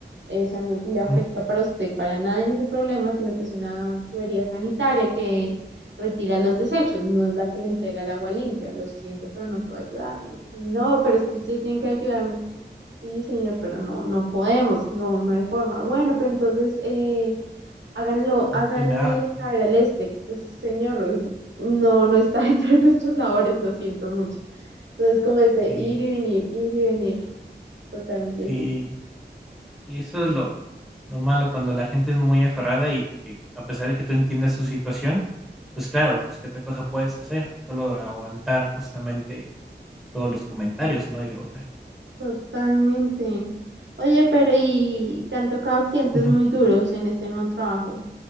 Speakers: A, on the right (about 90°); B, in the centre.
A: esa no le afecta
B: ujú,
A: para usted para nada en ese problema, sino que es una tubería sanitaria que retira los desechos, no es la que le entrega el agua limpia. Lo siento, pero no puedo ayudarle. No, pero es que ustedes tienen que ayudarme. Sí, señor, pero no, no podemos, no, no hay forma. Bueno, pero entonces eh, háganlo,
B: ¿Con
A: háganle
B: quién hago, no?
A: saber al este, pues, señor, eh, no, no está <laughs> dentro de nuestras labores, lo siento mucho. Entonces, como ese
B: Sí,
A: ir y venir, ir y venir, totalmente
B: sí,
A: difícil.
B: sí, eso es lo, lo malo cuando la gente es muy aferrada y que a pesar de que tú entiendas su situación, pues claro, pues qué otra cosa puedes hacer, solo aguantar justamente todos los comentarios, no hay de otra.
A: Totalmente. Oye, pero ¿y te han tocado clientes
B: Ujú.
A: muy duros en este nuevo trabajo?